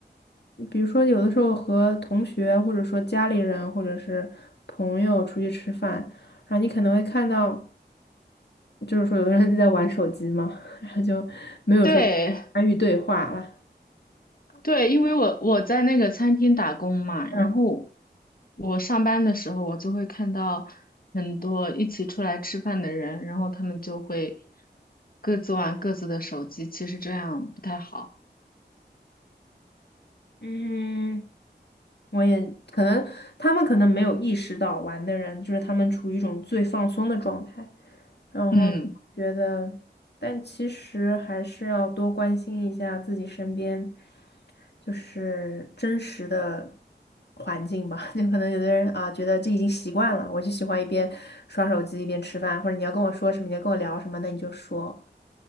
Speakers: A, on the left (about 65°); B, on the left (about 55°).
A: 比如说有的时候和同学，或者说家里人，或者是朋友出去吃饭，然后你可能会看到，就是说有的人就在玩手机嘛，<laughs> 然后就没有说
B: 对
A: 参与对话了。
B: 对，因为我我在那个餐厅打工嘛，然后
A: 嗯
B: 我上班的时候，我就会看到很多一起出来吃饭的人，然后他们就会各自玩各自的手机，其实这样不太好。
A: 嗯，我也可能他们可能没有意识到玩的人，就是他们处于一种最放松的状态，然后觉得，
B: 嗯
A: 但其实还是要多关心一下自己身边。就是真实的环境吧。<laughs> 就可能有的人啊，觉得这已经习惯了，我就喜欢一边刷手机一边吃饭，或者你要跟我说什么，你要跟我聊什么，那你就说，